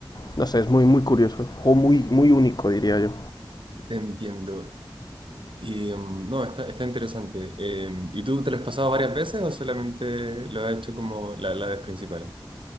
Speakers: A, on the left (about 50°); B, on the right (about 70°).
A: No sé, es muy, muy curioso. Un juego muy, muy único, diría yo.
B: te entiendo. Y mm, no, está, está interesante. Eh, ¿y tú te lo has pasado varias veces o solamente lo has hecho como la, la vez principal?